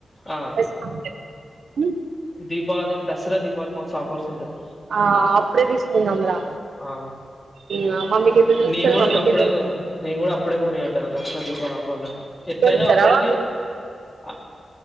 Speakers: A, on the left (about 20°); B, on the right (about 85°).
A: ఆ
B: పైసలు వత్తాయి ఉమ్
A: దీపావళి దసరా దీపవళి మస్త్ ఆఫర్స్ ఉంటాయి
B: ఆ అప్పుడే తీసుకుందాం రా
A: ఆ
B: ఇంగ మమ్మీకి ఎందుకు తెలుస్తది
A: నేను కూడా
B: మమ్మీకి
A: గప్పుడే నేను కూడా అప్పుడే కొని కుంటా దసరా దీపావళి ఆఫర్ లోనే ఎట్లైన
B: కొనిత్తరా
A: అప్పటికి
B: వాళ్ళు
A: అ